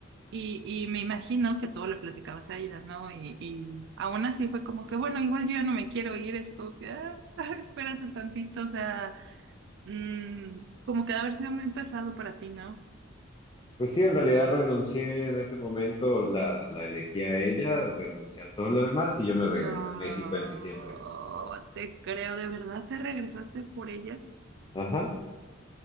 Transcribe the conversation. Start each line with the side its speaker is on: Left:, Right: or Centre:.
Right: Y, y me imagino que todo lo platicabas a ella, ¿no? Y, y aún así fue como que, bueno, igual yo ya no me quiero ir, es como que, ah, <laughs> espérate tantito, o sea, mm, como que ha de haber sido muy pesado para ti, ¿no?
Left: Pues sí, en realidad renuncié en ese momento, la, la elegí a ella, renuncié a todo lo demás, y yo me
Right: No,
Left: regresé a México en diciembre.
Right: te creo, ¿de verdad te regresaste por ella?
Left: Ajá.